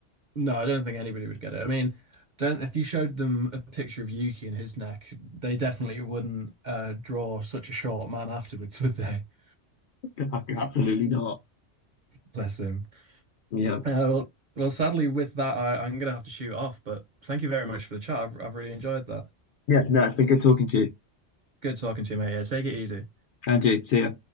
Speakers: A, on the right (about 50°); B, on the left (about 55°).
A: No, I don't think anybody would get it. I mean, don't if you showed them a picture of Yuki and his neck, they definitely wouldn't uh, draw such a short man afterwards, would they? <laughs>
B: <laughs> Absolutely not.
A: Bless him.
B: Yeah.
A: Uh, well, well, sadly, with that, I, I'm gonna have to shoot off, but thank you very much for the chat. I've, I've really enjoyed that.
B: Yeah. No, it's been good talking to you.
A: Good talking to you, mate. Yeah, take it easy.
B: Andrew, see ya.